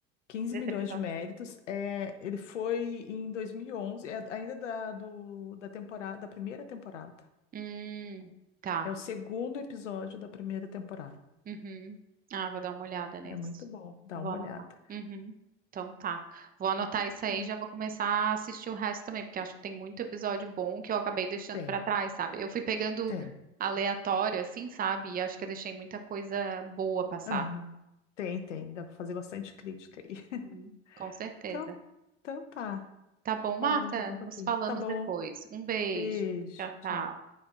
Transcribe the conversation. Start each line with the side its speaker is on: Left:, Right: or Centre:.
Left: quinze
Right: desse
Left: milhões
Right: episódio?
Left: de méritos. É, ele foi em 2011, é ainda da, do, da temporada, da primeira temporada.
Right: Hum, tá.
Left: É o segundo episódio da primeira temporada.
Right: Uhum. Ah, vou dar uma olhada nesse.
Left: É muito bom, dá
Right: Vou
Left: uma
Right: anotar.
Left: olhada.
Right: Uhum. Então tá. Vou anotar isso aí
Left: É.
Right: e já vou começar a assistir o resto também, porque acho que tem muito episódio bom que eu acabei deixando
Left: Tem,
Right: pra trás, sabe? Eu fui pegando
Left: tem.
Right: aleatório, assim, sabe? E acho que eu deixei muita coisa boa passar.
Left: Aham. Tem, tem. Dá para fazer bastante crítica aí. <laughs>
Right: Uhum. Com certeza.
Left: Então, então tá.
Right: Tá bom, Marta?
Left: Falamos daqui a pouquinho.
Right: Nos falamos
Left: Tá bom.
Right: depois. Um beijo.
Left: Beijo.
Right: Tchau,
Left: Tchau.
Right: tchau.